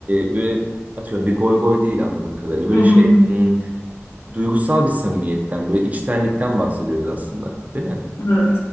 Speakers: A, on the right (about 30°); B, on the left (about 55°).
A: e, böyle atıyorum bir goy goy değil anladığım kadarıyla böyle
B: Hı hı.
A: şey hmm, duygusal bir samimiyetten böyle içtenlikten bahsediyoruz aslında değil mi?
B: Evet.